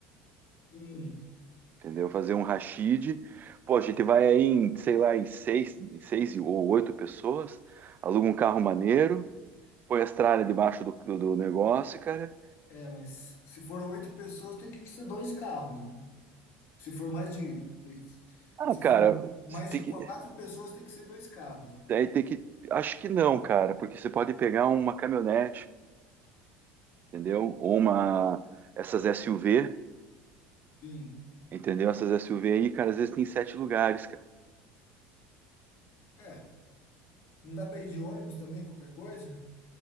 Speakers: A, on the left; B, on the right.
A: Sim.
B: entendeu? Fazer um rachide. Pô, a gente vai aí em, sei lá, em seis, em seis ou oito pessoas, aluga um carro maneiro Põe as tralhas debaixo do, do, do negócio, cara.
A: É, mas se for oito pessoas, tem que ser dois carros, né? Se for mais de, te-
B: Ah,
A: se
B: cara,
A: for mais
B: você tem
A: de quatro
B: que.
A: pessoas, tem que ser dois carros, né?
B: aí tem que. Acho que não, cara, porque você pode pegar uma caminhonete, entendeu? Ou uma. Essas SUV,
A: Sim.
B: entendeu? Essas SUV aí, cara, às vezes tem sete lugares, cara.
A: É, Não dá pra ir de ônibus também, qualquer coisa?